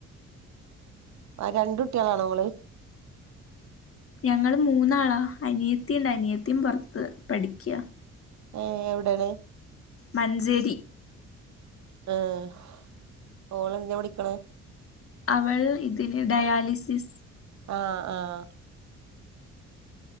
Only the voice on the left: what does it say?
ഞങ്ങള് മൂന്നാളാ അനിയത്തിണ്ട് അനിയത്തിം പുറത്ത് പഠിക്യ
മഞ്ചേരി
അവൾ ഇതിന് ഡയാലിസിസ്